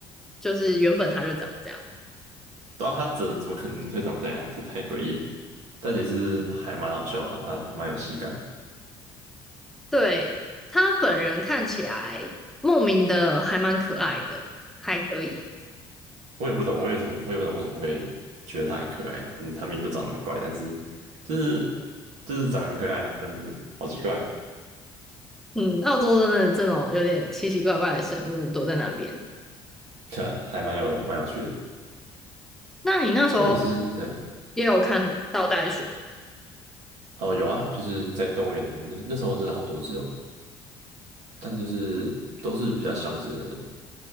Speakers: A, in the centre; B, on the right.
A: 就是原本他就长这样。
B: 对啊，它怎怎么可能会长这样？这太诡异了但也是还蛮好笑的啊，它蛮有喜感的。
A: 对，他本人看起来莫名的还蛮可爱的，还可以。
B: 我也不懂，我有什么我也不懂为什么会觉得它很可爱。嗯，它明明就长那么怪，但是就是就是长得很可爱啊，但是好奇怪啊，
A: 嗯，澳洲真的这种有点奇奇怪怪的生物都在那边。
B: 对啊，还蛮有蛮有趣的。
A: 那你那时候
B: 重点是，对，
A: 也有看到袋鼠，
B: 哦，有啊，就是在动物园里面，那那时候真的好多只哦，但就是都是比较小只的那种。